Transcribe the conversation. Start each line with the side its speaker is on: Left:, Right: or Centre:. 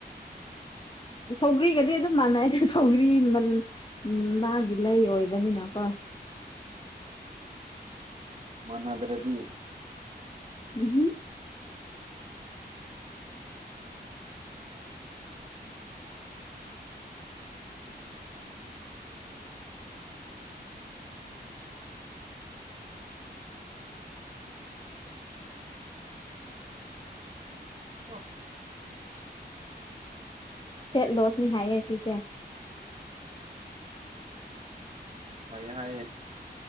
Left: ꯁꯧꯒ꯭ꯔꯤꯒꯗꯤ ꯑꯗꯨꯝ ꯃꯥꯟꯅꯩꯗ ꯁꯧꯒ꯭ꯔꯤ ꯃꯟ ꯎꯝ ꯃꯥꯒꯤ ꯂꯩ ꯑꯣꯏꯕꯅꯤꯅꯀꯣ꯫
Right: ꯃꯥꯟꯅꯗ꯭ꯔꯗꯤ꯫
Left: <unintelligible>
Right: <unintelligible>
Left: ꯐꯦꯠ ꯂꯣꯁꯅꯤ ꯍꯥꯏꯌꯦ ꯑꯁꯤꯁꯦ꯫
Right: ꯍꯥꯏꯌꯦ ꯍꯥꯏꯌꯦ꯫